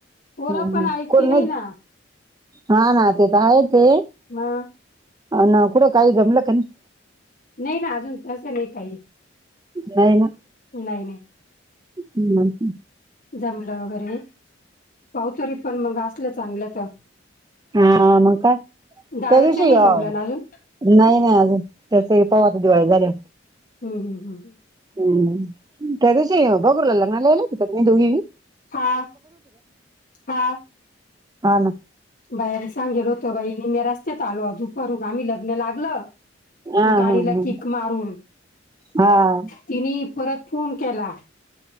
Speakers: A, on the left; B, on the right.
A: पोरं
B: हा
A: पण ऐकती
B: कोणी
A: नाही ना
B: हा ना ते तर आहेचे
A: <unintelligible>
B: अन कुड काही जमला का नाई.
A: नाही ना अजून तसं नाही काही
B: नाही ना.
A: नाही नाही.
B: हं हं.
A: जमलं वगैरे पाहू तरी पण मग असलं चांगलं तर
B: हा म काय?
A: दादाचं
B: त्या दिवशी,
A: नाही
B: नाही
A: जमलं ना अजून
B: नाही अजून त्याचे पाहू आता दिवाळी झाल्याव
A: हम्. हम्. हम.
B: हम, त्या दिशी भगुरला लग्नाला यायला होत्या का दोघीबी
A: हा. हा.
B: हा, ना.
A: बायांनी सांगेल होत बाई, निम्या रस्त्यात आलो दुपारून आम्ही लग्न लागलं
B: हा
A: गाडीला
B: हा हा
A: किक मारून
B: हा
A: तिनी परत फोन केला.